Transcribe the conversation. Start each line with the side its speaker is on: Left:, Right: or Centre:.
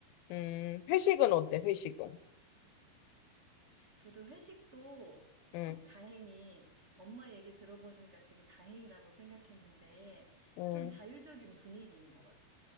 Left: 음. 회식은 어때, 회식은?
Right: 그래도 회식도,
Left: 음,
Right: 어, 다행히 엄마 얘기 들어보니까 되게 다행이라고 생각했는데,
Left: 음,
Right: 좀 자율적인 분위기인 것 같아.